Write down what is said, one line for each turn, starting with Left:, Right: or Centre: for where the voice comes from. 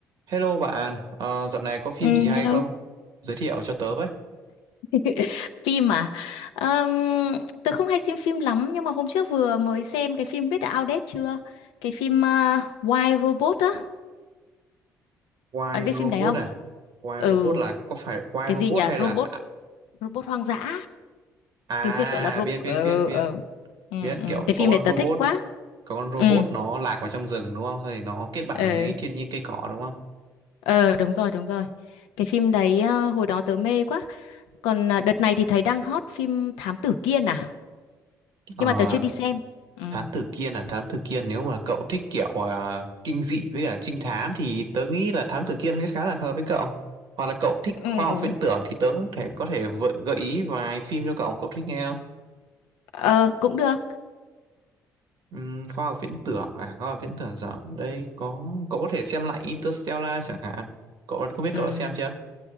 Right: Hello bạn, Ờ, dạo này có phim
Left: Ừ,
Right: gì hay
Left: hello.
Right: không? Giới thiệu cho tớ với.
Left: <laughs> Phim à? Ờm, tớ không hay xem phim lắm nhưng mà hôm trước vừa mới xem cái phim biết đã outdate chưa? Cái phim uh, Why Robot á.
Right: Why
Left: Bạn biết
Right: Robot
Left: phim đấy không?
Right: à? Why
Left: Ừ,
Right: Robot là có phải Why
Left: cái
Right: Robot
Left: gì nhỉ?
Right: hay là
Left: Robot,
Right: à
Left: robot hoang dã.
Right: à,
Left: Tiếng Việt gọi là robot.
Right: biết
Left: Ừ,
Right: biết biết biết
Left: ừ. Ừ,
Right: biết
Left: ừ.
Right: kiểu
Left: Cái phim
Right: có con
Left: này tớ
Right: robot
Left: thích quá.
Right: có con robot
Left: Ừ,
Right: nó lạc vào trong rừng đúng không? Sau thì nó kết bạn
Left: ừ.
Right: với thiên nhiên cây cỏ đúng không?
Left: Ờ, đúng rồi, đúng rồi. Cái phim đấy ờ, hồi đó tớ mê quá. Còn ờ, đợt này thì thấy đang hot phim Thám Tử Kiên à?
Right: Ờ,
Left: Nhưng mà tớ chưa đi xem. Ừ.
Right: Thám Tử Kiên à Thám Tử Kiên nếu mà cậu thích kiểu à, kinh dị với cả trinh thám thì tớ nghĩ là Thám Tử Kiên khá là hợp với cậu. Hoặc là cậu thích
Left: Ừ.
Right: khoa
Left: ừ.
Right: học viễn tưởng thì tớ cũng thể có thể vợ- gợi ý vài phim cho cậu, cậu thích nghe không?
Left: Ờ, cũng được.
Right: Ừm, khoa học viễn tưởng à khoa học viễn tưởng rộng đây có cậu có thể xem lại Interstellar chẳng hạn cậu không biết
Left: Ừm,
Right: cậu đã xem chưa